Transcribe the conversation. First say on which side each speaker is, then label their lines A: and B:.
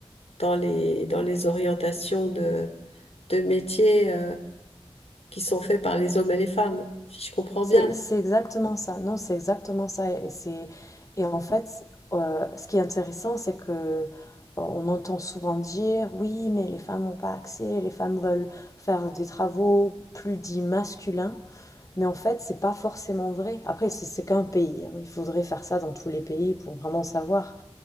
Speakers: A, on the left; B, on the left.
A: dans les, dans les orientations de, de métiers euh, qui sont faits par les hommes et les femmes, si je comprends
B: c'est
A: bien.
B: c'est exactement ça non c'est exactement ça et c'est et en fait euh, ce qui est intéressant c'est que euh, On entend souvent dire, oui, mais les femmes n'ont pas accès, les femmes veulent faire des travaux plus dits masculins, Mais en fait, c'est pas forcément vrai. Après, c'est- c'est qu'un pays. hein. Il faudrait faire ça dans tous les pays pour vraiment savoir.